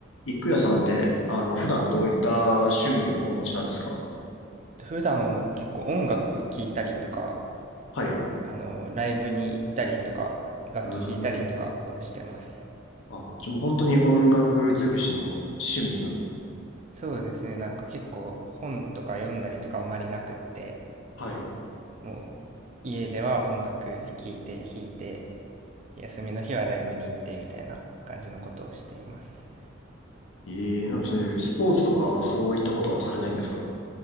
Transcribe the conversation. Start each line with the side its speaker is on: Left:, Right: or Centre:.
Left: 郁也さんって、あの、普段どういった趣味をお持ちなんですか
Right: はい。普段は結構音楽聴いたりとか、
Left: はい。
Right: あの、ライブに行ったりとか、楽器弾いたりとかをしてます。
Left: うーん。あ、じゃあもう本当に音楽尽くしの趣味な。
Right: そうですね、なんか結構本とか読んだりとかあんまりなくって、
Left: はい。
Right: もう家では音楽聴いて弾いて、休みの日はライブに行ってみたいな感じのことをしています。
Left: えー、なんかそういうスポーツとかそういったことはされないんですか